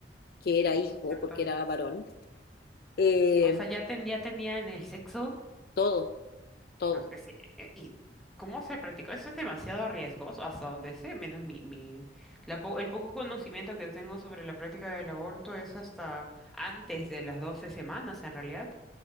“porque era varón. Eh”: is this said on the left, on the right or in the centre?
Left